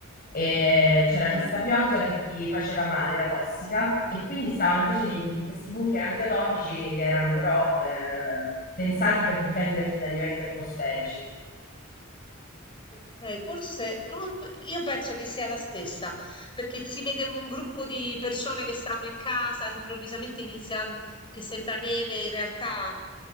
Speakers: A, on the left; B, on the left.
A: e c'era
B: Sì.
A: questa pioggia che ti faceva male, era tossica e quindi stavano chiusi nei- in questi bunker antiatomici che erano però eh, pensati per difenderti dagli eventi atmosferici.
B: Okay, forse non lo so, io penso che sia la stessa, perché si vede un gruppo di persone che stanno in casa, improvvisamente inizia che sembra neve, in realtà